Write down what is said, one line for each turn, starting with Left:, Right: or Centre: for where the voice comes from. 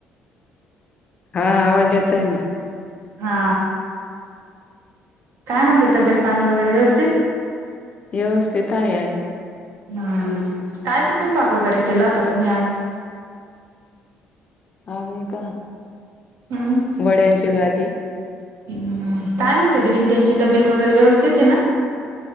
Left: हा आवाज येतय ना.
Right: हा काय म्हणते तब्येत पाणी वगैरे व्यवस्थित.
Left: व्यवस्थित आहे.
Right: हम्म काय स्वयंपाक वगैरे केला होता तुम्ही आज.
Left: आणि का.
Right: हम्म
Left: वड्यांची भाजी
Right: हम्म काय म्हणते दिदी त्यांची तब्येत वगैरे व्यवस्थित आहे ना.